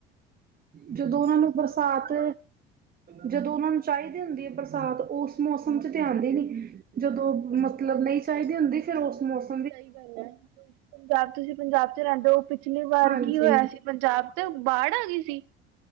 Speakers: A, on the right; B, on the right.
A: ਜਦੋਂ ਉਹਨਾਂ ਨੂੰ ਬਰਸਾਤ, ਜਦੋਂ ਉਹਨਾਂ ਨੂੰ ਚਾਹੀਦੀ ਹੁੰਦੀ ਹੈ ਬਰਸਾਤ, ਉਸ ਮੌਸਮ 'ਚ ਤੇ ਆਉਂਦੀ ਨਹੀਂ, ਜਦੋਂ ਮਤਲਬ ਨਹੀਂ ਚਾਹੀਦੀ ਹੁੰਦੀ, ਫੇਰ ਉਸ ਮੌਸ
B: ਸਹੀ ਗੱਲ ਹੈ। ਪੰਜਾਬ ਤੁਸੀਂ ਪੰਜਾਬ 'ਚ ਰਹਿੰਦੇ ਉਹ, ਪਿਛਲੀ ਵਾਰ
A: ਹਾਂਜੀ
B: ਕੀ ਹੋਇਆ ਸੀ। ਪੰਜਾਬ 'ਚ ਬਾੜ ਆ ਗਈ ਸੀ।